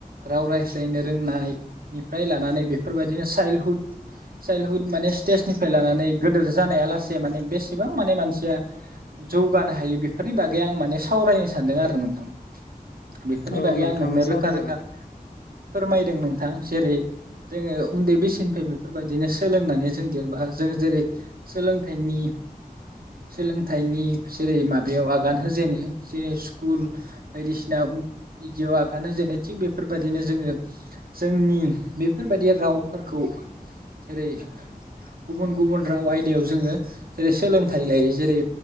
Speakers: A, on the right; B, on the left.
A: राव रायज्लायनो रोंनायनिफ्राय लानानै बेफोरबादिनो चाइल्डहुद, चाइल्डहुद माने नेक्स्ट स्थेसनिफ्राय लानानै गोदोर जानायालासे माने बेसेबां माने मानसिया जौगानो हायो। बेफोरनि बागै आं माने सावरायनो सानदों आरो नोंथां। बेफोरनि
B: औ
A: बागै
B: नोंथां
A: आं नोंनो
B: सावरायजागोन
A: रोखा रोखा फोरमायदों नोंथां जेरै जोङो उन्दै बैसोनिफ्राय बेफोरबाय दिनो सोलोंनानै जों देरबा जों जेरै सोलोंथाइनि सोलोंथाइनि जेरै माबायाव आगान होजेनो जेरै स्कुल बायदिसिना बिदियाव आगान होजेने थिक बेफोरबायदिनो जोङो जोंनि बेफोरबायदि रावफोरखौ जेरै गुबुन गुबुन राव आयदायाव जोङो जेरै सोलोंथाइ लायो जेरै